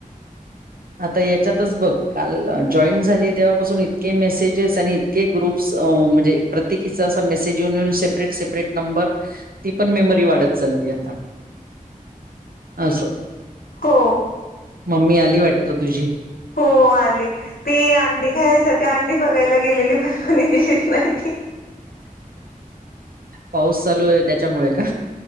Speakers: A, on the right; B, on the left.
A: आता याच्यातच बघ काल जॉईंट झाली तेव्हापासून इतके मेसेजेस आणि इ तके ग्रुप्स अ म्हणजे प्रत्येकीचा असा मेसेज येऊन येेऊन सेपरेट सेपरेट नंबर ती पण मेमरी वाढत चालली आता अस.
B: हो
A: मम्मी आली वाटतं तुझी?
B: हो आली. ती अंडी खाण्यासाठी अंडी बघायला गेलेली. पण कोणी दीलीच नाय ती.
A: पाऊस चालू आहे त्याच्यामुळे का?